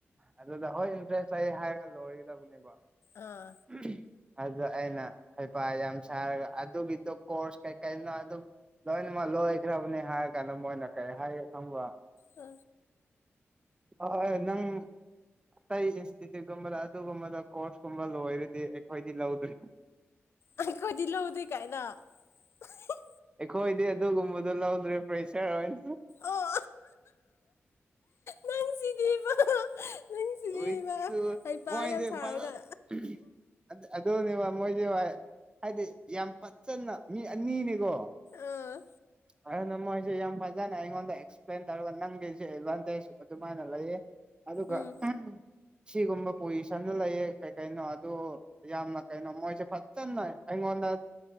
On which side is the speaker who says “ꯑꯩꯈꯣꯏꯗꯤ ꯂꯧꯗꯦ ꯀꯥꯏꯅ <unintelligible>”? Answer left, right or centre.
Left